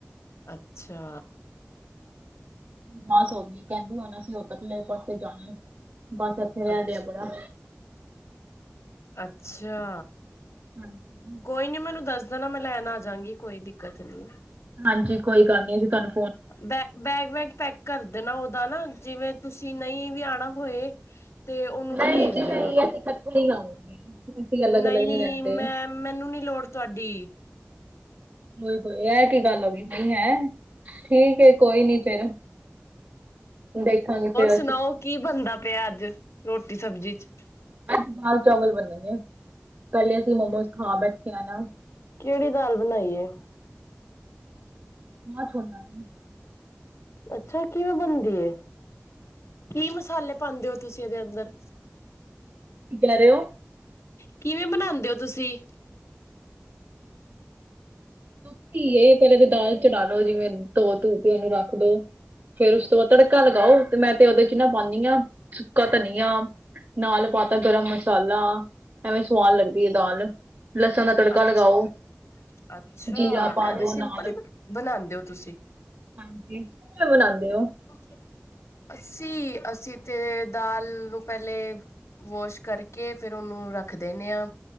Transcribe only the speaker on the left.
ਅੱਛਾ।
ਅੱਛ
ਅੱਛੇਆ।
ਕੋਈ ਨੀ ਮੈਨੂੰ ਦੱਸ ਦੇਨਾ ਮੈਂ ਲੈਨ ਆਜਾਾਂਗੀ ਕੋਈ ਦਿੱਕਤ ਨੀ।
ਬੈ ਬੈਗ ਵੈਗ ਪੈਕ ਕਰ ਦੇਨਾ ਓਦਾ ਨਾ ਜਿਵੇਂ ਤੁਸੀਂ ਨਈਂ ਵੀ ਆਨਾ ਹੋਏ ਤੇ ਓਨੂੰ
ਤੇ ਭੇਜ
ਦੇਨਾ,
ਨਈੰ
ਮੈਂ ਮੈਨੂੰ ਨੀ ਲੋੜ ਤੁਆਡੀ।
ਸਨਾਓ ਕੀ ਬਨਦਾ ਪਿਆ ਅੱਜ ਰੋਟੀ ਸਬਜੀ ਚ।
ਕੇੜੀ ਦਾਲ ਬਨਾਈ ਏ।
ਅੱਛਾ ਕਿਵੇਂ ਬਨਦੀ ਏ ਕੀ ਮਸਾਲੇ ਪਾਂਦੇ ਓ ਤੁਸੀ ਏਦੇ ਅੰਦਰ
ਕਿਵੇਂ ਬਨਾਂਦੇ ਓਂ ਤੁਸੀ?
ਅੱਛਾ
ਅੱਛਾ!
ਐਵੇਂ
ਸਿੰਪਲ ਹੀ ਬਨ, ਬਨਾਉਂਦੇ ਹੋ ਤੁਸੀ?
<inaudible> ਅੱਸੀ-ਅੱਸੀ ਤੇ ਦਾਲ ਨੂੰ ਪਹਿਲੇ ਵੋਸ਼ ਕਰਕੇ ਫਿਰ ਉਹਨੂੰ ਰੱਖ ਦਿਨੇਂ ਆ।